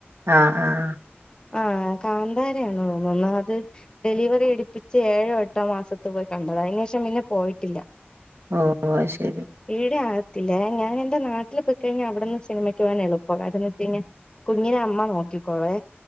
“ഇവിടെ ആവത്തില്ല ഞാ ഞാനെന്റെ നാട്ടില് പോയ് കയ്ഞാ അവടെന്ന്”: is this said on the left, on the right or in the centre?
Left